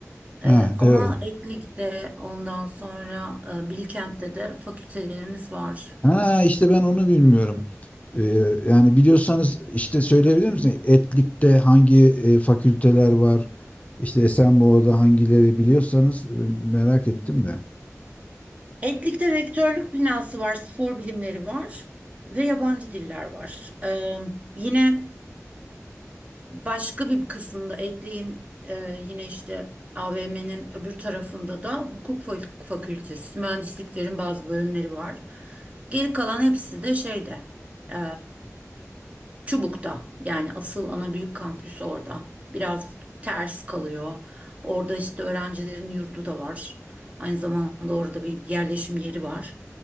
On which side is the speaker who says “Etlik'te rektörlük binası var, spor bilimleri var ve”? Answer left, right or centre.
Right